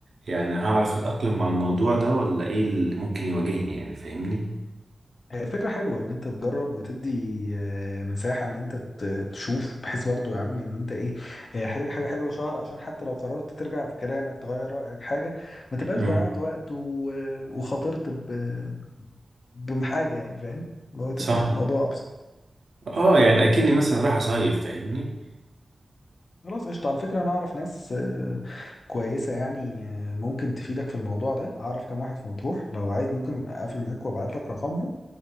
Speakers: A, on the right; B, on the left.
A: يعني هعرف اتاقلم مع الموضوع ده ولا ايه اللي ممكن يواجهني يعني فاهمني
B: هي فكرة حلوة إن أنت تجرب وتدي آه، مساحة إن أنت ت- تشوف بحيث برضو يا عم إن أنت إيه آه، حاجة حاجة حلوة شهر عشان حتى لو قررت ترجع في كلامك تغير رأيك حاجة ما تبقاش
A: امم
B: ضيعت وقت و- وخاطرت ب- بحاجة يعني فاهم اللي هو تبقى
A: صح
B: الموضوع أبسط
A: اه يعني اكني مثلا رايح اصيف فاهمني
B: خلاص قشطة على فكرة أنا أعرف ناس آه، كويسة يعني آه، ممكن تفيدك في الموضوع ده أعرف كام واحد في مطروح لو عايز ممكن أقفل معاك وأبعت لك رقمهم